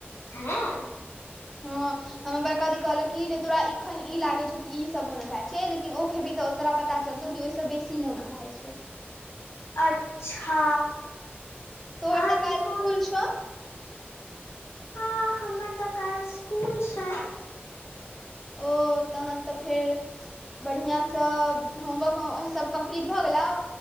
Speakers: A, on the left; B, in the centre.
A: हँ।
B: हँ। हमा बड़कादी कहलक कि जे तोरा एखन ई लागे छौ कि ई सब मोन अघाय छै लेकिन ओ खेबी तऽ तोरा पता चलतौ की ओहिस बेसी ममोन अघाइ छै।
A: अच्छा
B: तोहर
A: अहाँके
B: तऽ काल्हि स्कुल
A: कोन
B: छौ
A: हँ हमर तऽ काल्हि इसकुल छै।
B: ओ तहन तऽ फेर बढ़िआँसँ होमवर्क ओ सब कम्प्लीट भऽ गेलउ।